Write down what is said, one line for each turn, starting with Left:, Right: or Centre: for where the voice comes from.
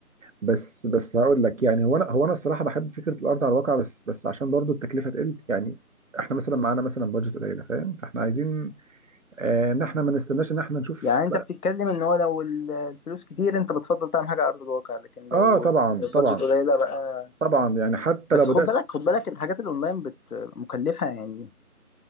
Right: بس بس هقول لك يعني هو انا هو انا الصراحه بحب فكره الارض على الواقع بس بس عشان برضو التكلفه تقل يعني احنا مثلا معانا مثلا بادجت قليله فاهم فاحنا عايزين آه، ان احنا ما نستناش ان احنا نشوف
Left: يعني انت بتتكلم ان هو لو ال- الفلوس كتير انت بتفضل تعمل حاجة على ارض الواقع لكن لو
Right: اه طبعا
Left: لو البادجت
Right: طبعا
Left: قليلة بقى
Right: طبعا يعني حتى
Left: بس
Right: لو
Left: خد
Right: بدات
Left: بالك خد بالك الحاجات الاونلاين بت مكلفة يعني